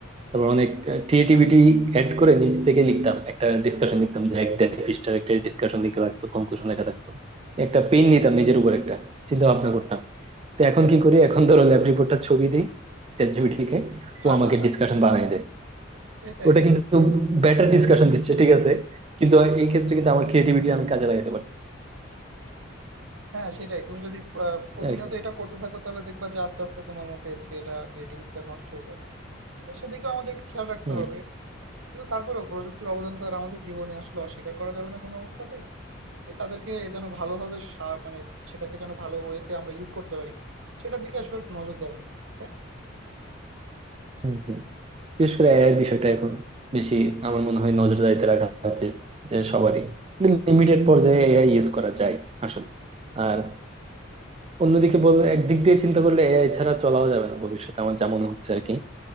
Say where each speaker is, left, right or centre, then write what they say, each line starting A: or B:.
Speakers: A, on the right; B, on the right.
A: তারপর অনেক ক্রিয়েটিভিটি অ্যাড করে নিজ থেকে লিখতাম একটা ডিসকাশন লিখতাম যে এক দেড় পৃষ্ঠার একটা ডিসকাশন লিখে লাগতো কনক্লুশন লেখা থাকতো একটা পেন নিতাম নিজের উপর একটা চিন্তা ভাবনা করতাম তো এখন কি করি এখন ধরো ল্যাব রিপোর্টটা ছবি দিই চ্যাট জিপিটিকে
B: হা
A: ও আমাকে
B: হা হা
A: ডিসকাশন বানিয়ে দেয়
B: এটাই
A: ওটা কিন্তু বেটার ডিসকাশন দিচ্ছে ঠিক আছে কিন্তু এই ক্ষেত্রে কিন্তু আমার ক্রিয়েটিভিটি আমি কাজে লাগাতে পারি
B: হ্যাঁ সেটাই। তুমি যদি আ প্রতিনিয়ত
A: আর কি
B: এটা করতে থাকো তাহলে দেখবা যে আস্তে, আস্তে তোমার মধ্যে এ থেকে এটা ক্রিয়েটিভিটিটা নষ্ট হয়ে যাবে। তো সেদিকেও আমাদের একটু খেয়াল রাখতে
A: হম
B: হবে। কিন্তু তারপরেও প্রযুক্তির অবদান তো আর আমাদের জীবনে আসলে অস্বীকার করা যাবে না কোনো অবস্থাতেই। এ তাদেরকে যেন ভালোভাবে সা মানে সেটাকে যেন ভালো ওয়েতে আমরা ইউজ করতে পারি, সেটার দিকে আসলে একটু নজর দেওয়া উচিত, তাই না?
A: হম হম বিশেষ করে এআই এর বিষয়টা এখন বেশি আমার মনে হয় নজরদারিতে রাখা উচিত যে সবারই লিমিটেড পর্যায়ে এআই ইউজ করা যায় আসলে আর অন্যদিকে বল একদিক দিয়ে চিন্তা করলে এআই ছাড়া চলাও যাবে না ভবিষ্যতে আমার যা মনে হচ্ছে আর কি